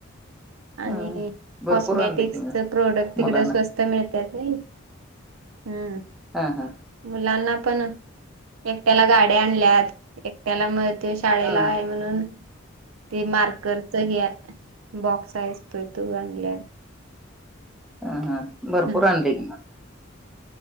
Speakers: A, on the right (about 85°); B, in the centre.
A: आणि
B: हा. भरपूर
A: कॉस्मेटिक्सच
B: आणलय की मग
A: प्रोडक्ट तिकड
B: मुलांना
A: स्वस् इथं मिळत्यात नाही. हम्म.
B: हा हा.
A: मुलांना पण, एकट्याला गाड्या आणल्यात. एकट्याला मग ते शाळेला
B: हा
A: आहे म्हणून हे मार्करच हे बॉक्स असतोय तो आणल्यात.
B: हा हा, भरपूर
A: हम्म
B: आणले की मग.